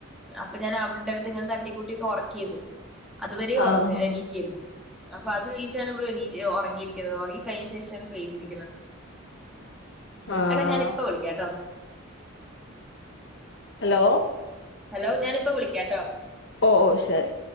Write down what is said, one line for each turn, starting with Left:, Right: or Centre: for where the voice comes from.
Centre: അപ്പൊ ഞാൻ അവളുടെ അടുത്ത് ഇങ്ങനെ തട്ടി കൊട്ടിയൊക്കെ ഉറക്കിയത് അതുവരെയ ഉറങ്ങ
Left: ആഹ് ആഹ്
Centre: നീക്കായിരുന്നു അപ്പൊ അത് കഴിഞ്ഞിട്ടാണ് ഇ ഉറങ്ങിയിരിക്കുന്നത് ഉറങ്ങി കഴിഞ്ഞാ ശേഷമാണ് പൈതിരിക്കണത് ഉ
Left: ആഹ്
Centre: എടാ ഞാൻ ഇപ്പൊ വിളിക്കാട്ടോ
Left: ഹലോ
Centre: ഹലോ ഞാനിപ്പോ വിളിക്കാട്ടോ
Left: ഓ ശരി